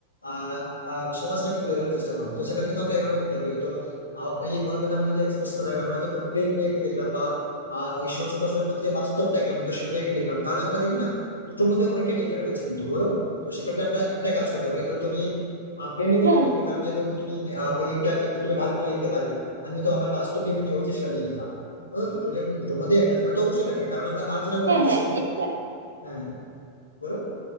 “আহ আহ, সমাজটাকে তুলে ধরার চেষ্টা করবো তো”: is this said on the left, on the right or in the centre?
Left